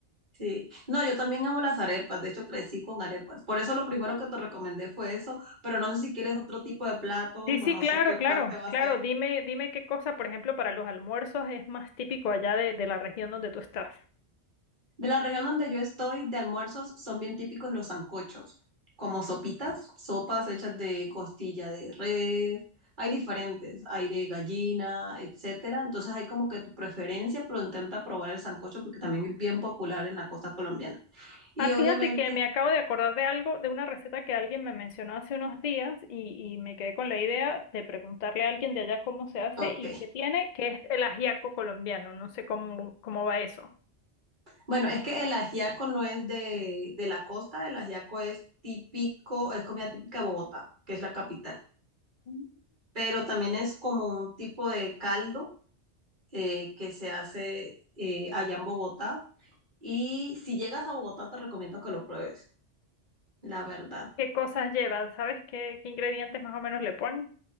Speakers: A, on the right; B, on the left.
A: Sí, no, yo también amo las arepas, de hecho crecí con arepas, por eso lo primero que te recomendé fue eso, pero no sé si quieres otro tipo de platos
B: Sí, sí,
A: o no
B: claro,
A: sé a qué
B: claro,
A: parte vas
B: claro.
A: a ir.
B: Dime, dime qué cosa, por ejemplo, para los almuerzos es más típico allá de, de la región donde tú estás.
A: De la región donde yo estoy, de almuerzos son bien típicos los sancochos, como sopitas, sopas hechas de costilla de res, hay diferentes, hay de gallina, etcétera, entonces hay como que tu preferencia, pero intenta probar el sancocho porque también es bien popular en la costa colombiana. Y
B: Ah, fíjate
A: obviamente,
B: que me acabo de acordar de algo, de una receta que alguien me mencionó hace unos días y, y me quedé con la idea de preguntarle a alguien de allá cómo se hace
A: ok.
B: y qué tiene, que es el ajiaco colombiano. No sé cómo, cómo va eso.
A: Bueno, es que el ajiaco no es de, de la costa, el ajiaco es típico, es comida típica de Bogotá, que es la capital,
B: Mm.
A: pero también es como un tipo de caldo eh, que se hace eh, allá en Bogotá. Y si llegas a Bogotá, te recomiendo que lo pruebes, la verdad.
B: ¿Qué cosas lleva? ¿Sabes qué, qué ingredientes más o menos le ponen?